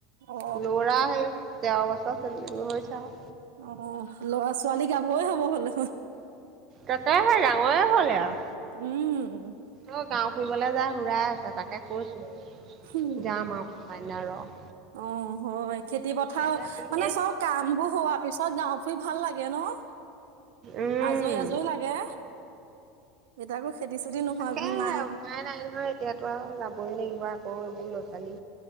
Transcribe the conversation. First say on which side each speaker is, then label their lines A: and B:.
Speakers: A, on the right (about 80°); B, on the right (about 35°).
A: অ
B: ল'ৰা হেই তেৰ বছৰ <unintelligible> হৈছে আৰু।
A: অ'-অ', ল'ৰা-ছোৱালী গাভৰুৱে হ'ব হ'ল দেখোন।
B: তাকে সি ডাঙৰে হ'লে আৰু।
A: উম।
B: অ' গাঁও ফুৰিবলৈ যায় <unintelligible> আছে। তাকে কৈছোঁ
A: উম
B: যাম আৰু কোনোবা এদিনা ৰহ।
A: অ', হয়! খেতি পথাৰো
B: যে এনেই
A: মানে, চব কাম বোৰ হোৱাৰ পিছত যাওঁ। ঘূৰি ভাল লাগে ন'!
B: উম।
A: আজৰি-আজৰি লাগে। এতিয়া আকৌ খেতি চেতি নোহোৱা
B: তাকে
A: নাই
B: উপায় নাই নহয় এতিয়াতো আৰু যাবই লাগিব আকৌ এইবোৰ লৈ কালি